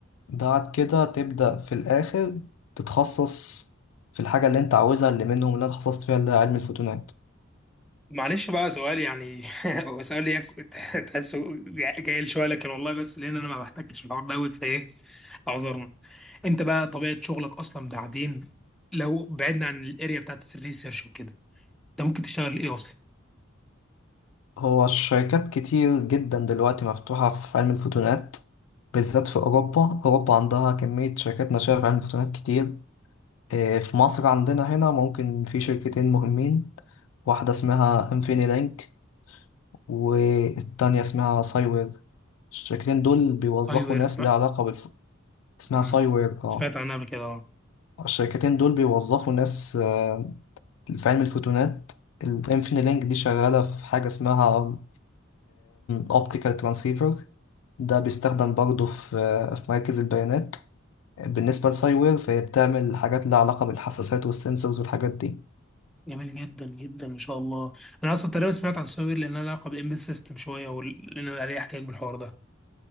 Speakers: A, on the left; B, in the centre.
A: بعد كده تبدا في الاخر تتخصص في الحاجه اللي انت عاوزها اللي منهم اللي انا اتخصصت فيها اللي هي علم الفوتونات
B: معلش بقى سؤال يعني <laughs> هو سؤال يك- تحسه جاي <laughs> شويه لكن والله بس لان انا ما بحتكش في الحوار دوت فايه اعذرنا انت بقى طبيعه شغلك اصلا بعدين لو بعدنا عن الاريا بتاعت الريسيرش وكده انت ممكن تشتغل ايه اصلا؟
A: هو الشركات كتير جدا دلوقتي مفتوحة في علم الفوتونات بالذات في أوروبا أوروبا عندها كمية شركات ناشئة في علم الفوتونات كتير إيه، في مصر عندنا هنا ممكن في شركتين مهمين واحدة اسمها انفيني لينك والتانية اسمها سايوير الشركتين دول بيوظفوا
B: اي وير
A: ناس
B: سمعت
A: ليها علاقة بالف... اسمها
B: مم.
A: سايوير اه
B: سمعت عنها قبل كده اه
A: الشركتين دول بيوظفوا ناس آه، في علم الفوتونات الانفيني لينك دي شغالة في حاجة اسمها اوبتيكال ترانسيفر ده بيستخدم برضه في في مراكز البيانات بالنسبة لساي وير فهي بتعمل حاجات لها علاقة بالحساسات والسنسورز والحاجات دي
B: جميل جدا جدا ما شاء الله انا اصلا تقريبا سمعت عن سوير لان انا علاقه بالامبيد سيستم شويه ولان أنا عليه احتياج بالحوار ده